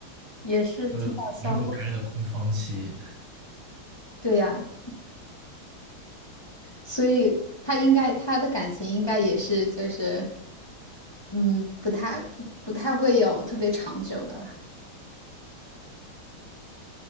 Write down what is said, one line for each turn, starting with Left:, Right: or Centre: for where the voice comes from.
Left: 也是挺搞笑的。
Right: <laughs> 呃，弥补别人的空窗期。
Left: 对呀，所以他应该他的感情应该也是就是，嗯，不太不不太会有特别长久的啦。